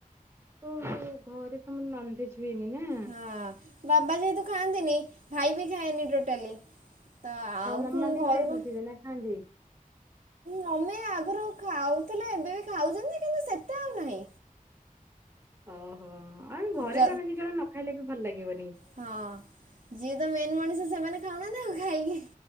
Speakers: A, on the right; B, on the right.
A: ଓହୋ ଘରେ ତମର ନନଭେଜ ହୁଏନି ନା।
B: ହଁ ବାବା ଯେହେତୁ ଖାଆନ୍ତିନି ଭାଇ ବି ଖାଏନି ଟୋଟାଲି। ତ ଆଉ
A: ମାମା
B: ଫୁଣ
A: ବି
B: ଘରକୁ
A: ଖାଇନଥିବେ ନା ଖାଆନ୍ତି
B: ମମି ଆଗରୁ ଖାଉଥିଲେ ଏବେ ବି ଖାଉଛନ୍ତି କିନ୍ତୁ ସେତେ ଆଉ ନାହିଁ।
A: ଓହୋ ଆଉ ଘରେ
B: ଜ
A: ଜଣେ ଦି ଜଣ ନ ଖାଇଲେ ବି ଭଲ ଲାଗିବନି।
B: ହଁ ଯିଏ ତ ମେନ୍ ମଣିଷ ସେମାନେ ଖାଉନାହାନ୍ତି ଆଉ ଖାଇକି